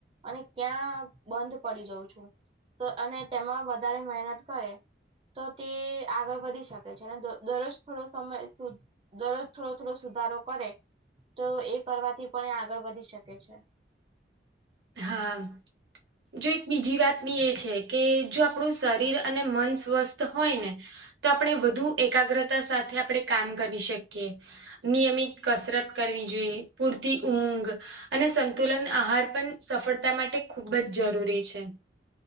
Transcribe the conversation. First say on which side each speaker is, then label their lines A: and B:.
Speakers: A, on the right; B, on the right.
A: અને ક્યાં બંધ પડી જઉં છું. તો અને તેમાં વધારે મહેનત કરે તો તે આગળ વધી શકે છે અને દરરોજ થોડો સમય સુધ દરરોજ થોડો થોડો સુધારો કરે તો એ કરવાથી પણ એ આગળ વધી શકે છે.
B: હા જો એક બીજી વાત બી એ છે કે જો આપણું શરીર અને મન સ્વસ્થ હોય ને તો આપણે વધુ એકાગ્રતા સાથે આપણે કામ કરી શકીએ નિયમિત કસરત કરવી જોઈએ પૂરતી ઊંઘ અને સંતુલન આહાર પણ સફળતા માટે ખૂબ જ જરૂરી છે.